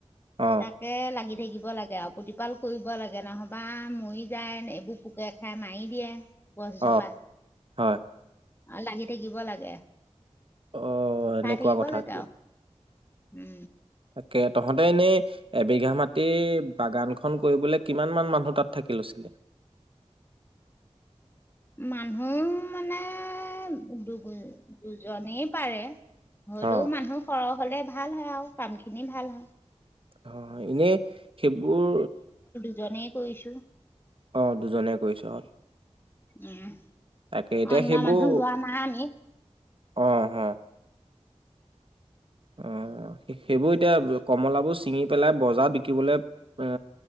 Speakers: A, on the right (about 50°); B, on the left (about 20°).
A: অ
B: তাকে লাগি থাকিব লাগে। তে প্ৰতিপাল কৰিব লাগে নহবা মৰি যায়। এইবোৰ পোকে খাই মাৰি দিয়ে। গছজোপা।
A: অ হয়
B: আৰু লাগি থাকিব লাগে।
A: অ
B: চাই
A: এনেকুৱা
B: থাকিব
A: কথা
B: লাগে
A: এতিয়া।
B: আৰু উম
A: তাকে তহঁতে এনেই এবিঘা মাটি বাগানখন কৰিবলৈ কিমান মান মানুহ তাত থাকি লৈছিলি।
B: মানুহ মানে। দুজনী দুজনী পাৰে। হলেও
A: অ
B: মানুহ সৰহ হ'লে ভাল হয়। আৰু কাম খিনি ভাল হয়।
A: হয় হয় এনেই সেইবোৰ
B: দুজনে কৰিছো।
A: অ দুজনে কৰিছ অ
B: উম
A: তাকে এতিয়া
B: অন্য
A: সেইবোৰ
B: মানুহ লোৱা নাহাই আমি
A: অ হ অ সেইবোৰ এতিয়া কমলাবোৰ ছিঙি পেলাই বজাৰত বিকিবলৈ এ